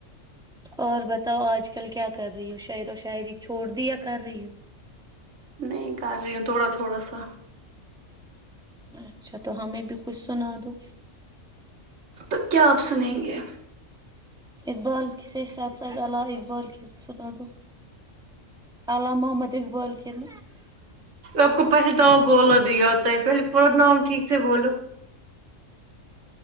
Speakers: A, in the centre; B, on the right.
A: اور بتاؤ آج کل کیا کر رہی ہو شعر و شاعری چھوڑ دی یا کر رہی ہوں
B: نہیں کر رہی ہو تھوڑا تھوڑا س تا
A: اچھا تو ہمیں بھی کچھ سنا دو
B: تو کیا آپ سنیں گے؟
A: اقبال کی سے ساتھ سز علاا اقبال کےس سن د الام محمد اقبال کے ن
B: آپ کو پہلے تو بوللا دی یادتا ہے پہلے پورا نام ٹھیک سے بولو